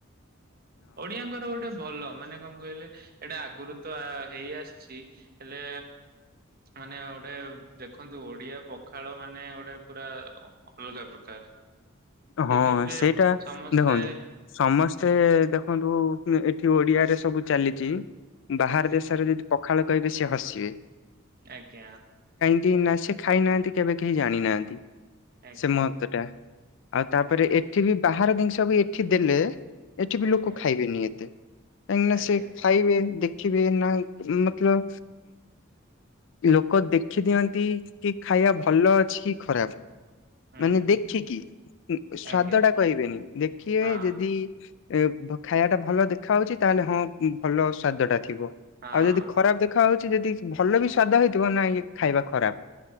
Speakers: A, on the right; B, on the left.
A: ଓଡିଆଙ୍କର ଗୋ ଟେ ଭଲ ମାନେ କଅଁ କଇଲେ ଏଇଟା ଆଗରୁ ତ ହେଇ ଆସିଚି ହେଲେ ମାନେ ଗୋଟେ ଦେଖନ୍ତୁ ଓଡିଆ ପଖାଳ ମାନେ ଗୋଟେ ପୁରା ଅଲଗା ପ୍ରକାର।
B: ହଁ
A: ଦେଖିବେ
B: ସେଇଟା
A: ସମସ୍ତେ
B: ଦେଖନ୍ତୁ ସମସ୍ତେ ଦେ ଦେଖନ୍ତୁ ଏଠି ଓଡିଆରେ ସବୁ ଚାଲିଚି ବାହାର
A: ଆଜ୍ଞା
B: ଦେଶରେ ଯଦି ପଖାଳ କଇବେ ସିଏ ହସିିବେ।
A: ଆଜ୍ଞା।
B: କି ନାଇଁ ସେ ଖାଇନାହାନ୍ତି କେବେ କେହି ଜାଣିନାହାନ୍ତି
A: ଆଜ୍ଞା
B: ସେ ମହତ୍ୱଟା। ଆଉ ତାପରେ ଏଠି ବି ବାହାର ଜିନିଷ ବି ଏଠି ଦେଲେ ଏଠି ବି
A: ଆଜ୍ଞା
B: ଲୋକ ଖାଇବେନି ଏତେ। କାହିଁକି ନା
A: ଆଜ୍ଞା
B: ସେ ଖାଇବେ ଦେଖିବେ ନାଇଁ ମତଲବ ଲୋକ ଦେଖି ଦିଅନ୍ତି କି ଖାଇବା ଭଲ ଅଛି କି ଖରାପ।
A: ହୁଁ
B: ମାନେ ଦେଖିକି ସ୍ଵାଦଟା
A: ଆଜ୍ଞା
B: କହିବେନି ଦେଖିବେ
A: ହଁ
B: ଯଦି ଏ ଖାଇବାଟା ଭଲ ଦେଖାହଉଛି ତାହେଲେ ହଁ ଭଲ ସ୍ଵାଦ ଟା ଥିବ।
A: ହଁ
B: ଆଉ ଯଦି ଖରାପ ଦେଖାହଉଛି ଯଦି ଭଲ ବି ସ୍ଵାଦ ହେଇଥିବ ନାଇଁ ଏ ଖାଇବା ଖରାପ।